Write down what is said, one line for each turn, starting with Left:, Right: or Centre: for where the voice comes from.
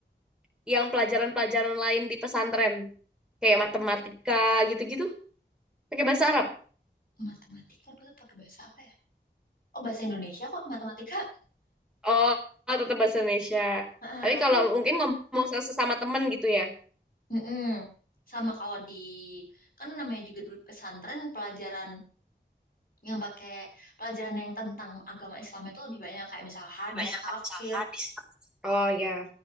Centre: Yang pelajaran-pelajaran lain di pesantren kayak matematika gitu-gitu pakai bahasa Arab.
Left: matematika dulu pakai bahasa apa ya oh bahasa Indonesia kok matematika
Centre: Oh, oh, tetap bahasa Indonesia.
Left: Ah,
Centre: Tapi
Left: tapi
Centre: kalau mungkin ngomong se- sesama temen gitu ya.
Left: mm-mm. sama kalau di kan namanya juga di pesantren pelajaran yang pakai pelajaran yang tentang agama Islam itu lebih banyak kayak misal hadis
Centre: Banyak
Left: tafsir
Centre: pecahan di sana. Oh ya,